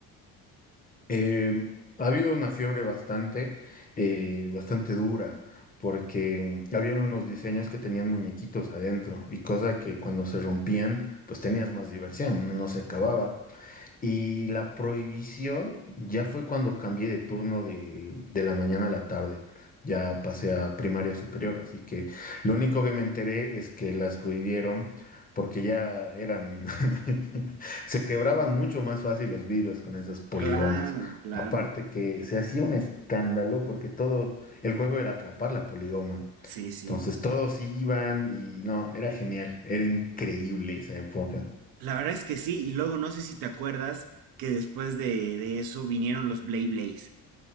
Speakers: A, on the left; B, on the right.
A: Eh, ha habido una fiebre bastante, eh, bastante dura, porque mm, habían unos diseños que tenían muñequitos adentro y cosa que cuando se rompían, pues tenías más diversión, no no se acababa. Y la prohibición ya fue cuando cambié de turno de, de la mañana a la tarde. Ya pasé a primaria superior, así que lo único que me enteré es que las prohibieron porque ya eran, <laughs> se quebraban mucho más fácil los vidrios con esas poligomas.
B: Claro, claro.
A: Aparte que se hacía un escándalo porque todo, el juego era atrapar la poligoma.
B: Sí, sí.
A: Entonces todos iban y no, era genial, era increíble esa época.
B: La verdad es que sí. Y luego no sé si te acuerdas que después de, de eso vinieron los Blay Blays.